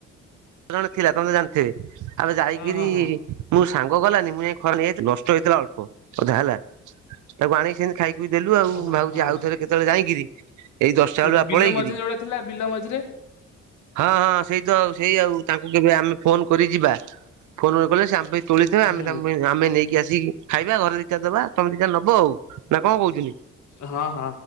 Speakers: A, on the right; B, on the left.
A: ଜଣେ ଥିଲା ତମେ ତ ଜାଣିଥିବେ ଆବେ ଯାଇକିରି
B: ହଁ ହଁ ହଁ
A: ମୁଁ ସାଙ୍ଗ ଗଲାନି ମୁଁ ଯାଇ ଖରାରେ ନେଇ ଆସିଛି ନଷ୍ଟ ହେଇଥିଲା ଅଳ୍ପ ଅଧା ହେଲା ତାକୁ ଆଣିକି ଖାଇ ଖୁଇ ଦେଲୁ ଆଉ
B: ହଁ ହଁ
A: ଭାବୁଛି
B: ହଁ
A: ଆଉ ଥରେ କେତେବେଳେ ଯାଇକିରି ଏଇ ଦଶଟା
B: ସେ
A: ବେଳୁ ଆ
B: ବିଲ
A: ପଳେଇକିରି
B: ମଝିରେ ଯୋଉଟା ଥିଲା <inaudible>
A: ହଁ ହଁ ସେଇ ତ ଆଉ ସେଇ ଆଉ ତାଙ୍କୁ କେବେ ଆମେ ଫୋନ କରି ଯିବା ଫୋନ ନ କଲେ ସେ ଆମ ପାଇଁ ତୋଳିଥିବେ
B: ହୁଁ
A: ଆମେ ତାଙ୍କ ପାଇଁ ଆମେ ନେଇକି ଆସିକି ଖାଇବା ଘରେ ଦିଇଟା ଦବା ତମେ ଦିଇଟା ନେବ ଆଉ। ନା କଣ କହୁଛନ୍ତିୁ
B: ହଁ ହଁ